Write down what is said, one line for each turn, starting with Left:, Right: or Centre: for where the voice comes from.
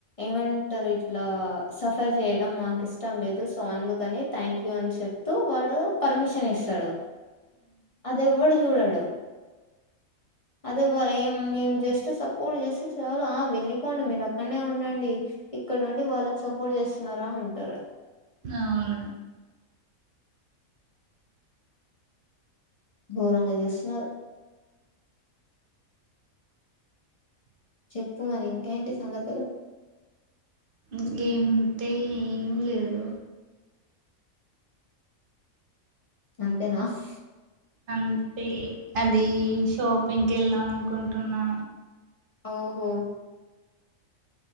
Left: ఏమంటారు ఇట్లా సఫర్ చేయడం మాకు ఇష్టం లేదు. సో అందుకని థ్యాంక్ యూ అని చెప్తూ వాడు పర్మిషన్ ఇస్తాడు. అది ఎవ్వడు చూడడు. అదే వ ఏ మేము జస్ట్ సపోర్ట్ చేసి చాలు ఆ వెళ్ళిపోండి. మీరు అక్కడనే ఉండండి ఇక్కడ ఉండి వాళ్ళకి సపోర్ట్ చేస్తున్నారా అంటారు.
Right: అవును
Left: ఘోరంగా చేస్తున్నారు. చెప్పు మరి ఇంకేంటి సంగతులు
Right: ఇమీ ఉంటాయి ఏమి లేదు.
Left: అంతేనా అఫ్
Right: అంతే అది షాపింగ్కి వెళ్ళాం అనుకుంటున్నా
Left: ఓహో